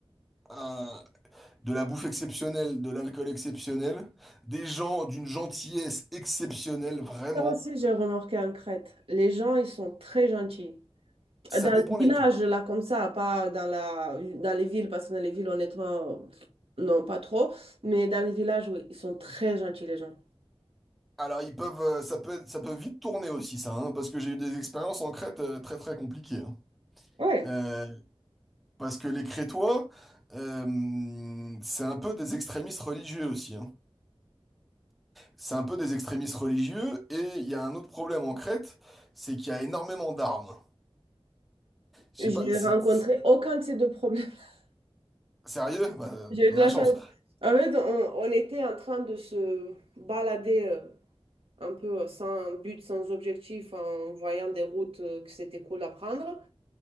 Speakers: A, in the centre; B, on the right.
A: un- de la bouffe exceptionnelle, de l'alcool exceptionnel, des gens d'une gentillesse exceptionnelle, vraiment,
B: Ça aussi, j'ai remarqué en Crète. Les gens, ils sont très gentils.
A: ça
B: Dans
A: dépend
B: les villages,
A: lesquels.
B: là, comme ça, pas dans la, dans les villes, parce que dans les villes, honnêtement, non, pas trop. Mais dans les villages, oui, ils sont très gentils, les gens.
A: Alors, ils peuvent, euh, ça peut être- ça peut vite tourner aussi, ça, hein, parce que j'ai eu des expériences en Crète euh, très très compliquées. hein.
B: Ouais.
A: Euh, parce que les Crétois, euh, c'est un peu des extrémistes religieux aussi. hein. C'est un peu des extrémistes religieux, et il y a un autre problème en Crète, c'est qu'il y a énormément d'armes. Je
B: J'ai
A: sais pas, si...
B: rencontré
A: si-
B: aucun de ces deux problèmes. <laughs>
A: Sérieux? Bah,
B: J'ai eu
A: de
B: de la
A: la chance.
B: chance. En fait, on, on était en train de se balader euh, un peu sans but, sans objectif, en voyant des routes euh, que c'était cool à prendre.